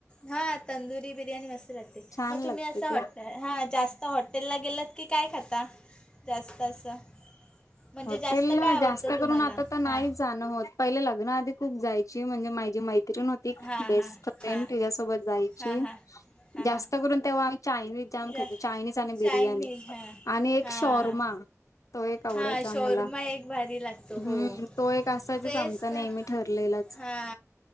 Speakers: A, on the left; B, on the left.
A: हां तंदुरी बिर्याणी मस्त लागते
B: छान
A: मग तुम्ही
B: लागते
A: असं
B: ते
A: हॉटेल हां जास्त आता हॉटेलला गेलंत की काय खाता जास्त असं. म्हणजे
B: हॉटेल
A: जास्त काय आवडतं
B: जास्त
A: तुम्हाला
B: करून आता तर नाही
A: हां
B: जाणं होत. पहिले लग्न आधीतच जायची म्हणजे माझी मैत्रीण हो.
A: हां
B: बेस्ट
A: हां
B: फ्रेंड
A: हां
B: त्याच्यासोबत जायची
A: हां हां हां
B: जास्त
A: हां
B: करून तेव्हा आम्ही चायनीज जाम
A: जा
B: खाच चायनीज आणि बिर्याणी
A: चायनीज हां
B: आणि एक
A: हां
B: शॉर्मा तो एक आवड
A: हा शोरमा
B: मला
A: एक भारी लागतो
B: हम्म
A: हो
B: तो एक असायचच
A: तेच
B: आमचा
A: तर
B: नेहमी ठरलेलाच
A: हा